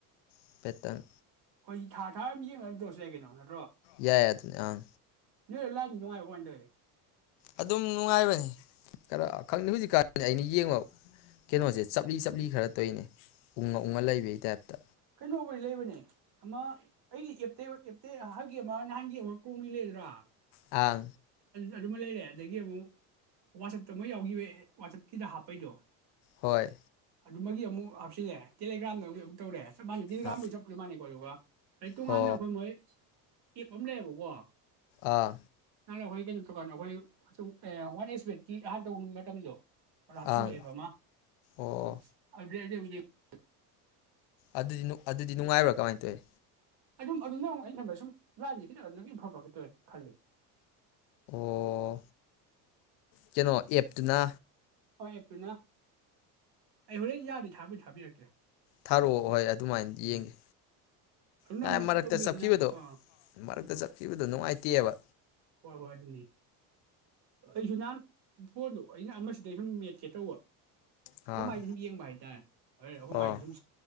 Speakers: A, on the left; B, on the right.
A: ꯍꯥꯏꯐꯦꯠꯇꯪ
B: ꯍꯣꯏ ꯊꯥ ꯊꯥꯔ ꯌꯦꯡꯉ ꯑꯃ ꯑꯗꯨꯝ ꯇꯧꯔꯁ ꯌꯥꯏ ꯀꯩꯅꯣ ꯅꯪ
A: ꯌꯥ ꯌꯥ ꯑꯗꯨ ꯑꯥ
B: ꯅꯣꯏ ꯂꯥꯏꯟꯗꯤ ꯅꯨꯡꯉꯥꯏꯕꯔꯥ ꯀꯃꯥꯏ ꯇꯧꯋꯤ
A: ꯑꯗꯨꯝ ꯅꯨꯡꯉꯥꯏꯕꯅꯤ ꯈꯔ ꯈꯪꯗꯦ ꯍꯧꯖꯤꯛꯀꯥꯟꯖꯦ ꯑꯩꯗꯤ ꯌꯦꯡꯕ ꯀꯩꯅꯣꯁꯦ ꯆꯞꯂꯤ ꯆꯞꯂꯤ ꯈꯔ ꯀꯩ ꯇꯣꯏꯅꯦ ꯎꯪꯉ ꯎꯪꯉ ꯂꯩꯕꯒꯤ ꯇꯥꯏꯞꯇ
B: ꯀꯩꯅꯣꯕꯨꯗꯤ ꯂꯩꯕꯅꯦ ꯑꯃ ꯑꯩꯒꯤ ꯑꯦꯞꯇ ꯑꯦꯞꯇꯩ ꯍꯒꯦ ꯑꯃ ꯅꯍꯥꯟꯒꯤ ꯑꯃ ꯀ꯭ꯔꯣꯝꯒꯤ ꯂꯩꯗ꯭ꯔꯥ
A: ꯑ
B: ꯑꯗꯨꯃ ꯂꯩꯔꯦ ꯑꯗꯒꯤ ꯑꯃꯨꯛ ꯋꯥꯆꯞꯇ ꯃꯣꯏ ꯌꯥꯎꯈꯤꯕ ꯋꯥꯆꯞꯀꯤꯗ ꯍꯥꯞꯄꯩꯗꯣ
A: ꯍꯣꯏ
B: ꯑꯗꯨꯃꯒꯤ ꯑꯃꯨꯛ ꯍꯥꯞꯆꯤꯜꯂꯦ ꯇꯦꯂꯤꯒ꯭ꯔꯥꯝꯗ ꯑꯃꯨꯛ ꯇꯧꯔꯦ ꯆꯞ ꯃꯥꯟꯅ ꯇꯤꯂꯤꯒꯔꯥꯝꯕꯨꯗꯤ
A: ꯑ
B: ꯆꯞ ꯃꯥꯟꯅꯩꯀꯣ ꯑꯗꯨꯒ ꯑꯗ ꯇꯣꯉꯥꯟꯅ
A: ꯍꯣ
B: ꯑꯩꯈꯣꯏ ꯃꯣꯏ ꯑꯦꯞ ꯑꯃ ꯂꯩꯌꯦꯕꯀꯣ
A: ꯑꯥ
B: ꯅꯍꯥꯟ ꯑꯩꯈꯣꯏ ꯀꯩꯅꯣ ꯇꯧꯀꯥꯟꯗ ꯑꯩꯈꯣꯏ ꯋꯥꯟ ꯑꯦꯛꯁ ꯕꯦꯠꯀꯤ ꯑꯍꯥꯟꯕ ꯇꯧꯕ ꯃꯇꯝꯗꯣ ꯄꯕ
A: ꯑꯪ
B: ꯃꯥ
A: ꯑꯣ
B: ꯎꯝ <inaudible>
A: ꯑꯗꯨꯗꯤ ꯑꯗꯨꯗꯤ ꯅꯨꯡꯉꯥꯏꯕ꯭ꯔꯥ ꯀꯃꯥꯏꯅ ꯇꯧꯋꯤ
B: ꯑꯗꯨꯝ ꯑꯗꯨꯝ ꯅꯛ ꯑꯩ ꯉꯟꯕꯗ ꯁꯨꯝ ꯂꯥꯏꯟꯁꯤ ꯁꯤꯖꯤꯟꯅꯕ ꯐꯕ ꯀꯦ ꯇꯣꯏ ꯈꯜꯂꯤ
A: ꯑꯣ ꯀꯩꯅꯣ ꯑꯦꯞꯇꯨꯅ
B: ꯍꯣꯏ ꯑꯦꯞꯇꯨꯅ ꯑꯩ ꯍꯣꯔꯦꯟ ꯌꯥꯗꯗꯤ ꯊꯥꯕꯨꯗꯤ ꯊꯥꯕꯤꯔꯛꯀꯦ
A: ꯊꯥꯔꯛꯑꯣ ꯍꯣꯏ ꯑꯗꯨꯃꯥꯏꯅ
B: ꯎꯝ
A: ꯌꯦꯡꯒꯦ
B: ꯑꯗꯨꯅ
A: ꯉꯥꯏ
B: ꯑꯃꯨꯛ
A: ꯃꯔꯛꯇ
B: ꯇꯧꯗꯣꯏꯁꯤꯅ
A: ꯆꯠꯈꯤꯕꯗꯣ
B: ꯑꯥ
A: ꯃꯔꯛꯇ ꯆꯠꯈꯤꯕꯗꯣ ꯅꯨꯡꯉꯥꯏ ꯇꯦꯕ
B: ꯑꯣ ꯑꯣ ꯑꯗꯨꯅꯤ ꯑꯩꯁꯨ ꯅꯍꯥꯟ ꯐꯣꯟꯗꯣ ꯑꯩꯅ ꯑꯃꯁꯤꯗꯩ ꯁꯨꯝ ꯃꯦꯠꯀꯦ ꯇꯧꯕ ꯑꯩꯈꯣꯏ
A: ꯑꯪ
B: ꯃꯥꯏꯗꯩ ꯁꯨꯝ ꯌꯦꯡꯕ ꯍꯥꯏꯇꯥꯔꯦ ꯍꯣꯏ ꯑꯩꯈꯣꯏ
A: ꯑꯣ
B: ꯃꯥꯏꯗ ꯁꯨꯝ